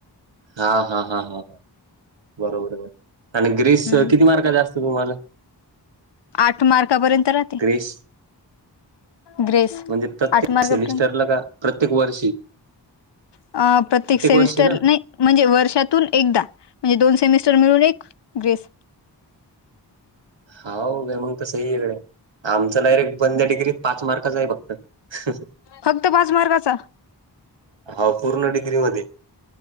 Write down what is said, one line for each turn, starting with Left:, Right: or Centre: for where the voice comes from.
Right: हा.. हा.. हा.. हां. बरोबर आहे, आणि ग्रीेस
Left: हं,
Right: किती मार्क चा असत तुम्हांला,
Left: आठ मार्कापर्यंत राह
Right: ग्रेस
Left: ग्रेस
Right: म्हणजे, प्रत्येक
Left: मार्कापर्यंत
Right: सेमिस्टरला कां. प्रत्येक वर्षी.
Left: अं.. प्रत्येक सेमिस्टर
Right: वर्षी ना
Left: ने. म्हणजे वर्षातून एकदा म्हणजे, दोन सेमिस्टर मिळून एक ग्रेस.
Right: हाव का मग, तर सही ये गडे. आमचं डायरेक्ट बंद डिग्रीत पाच मार्काच आहे फक्त.
Left: फक्त पाच मार्काच.
Right: हो.. पूर्ण डिग्री मध्ये,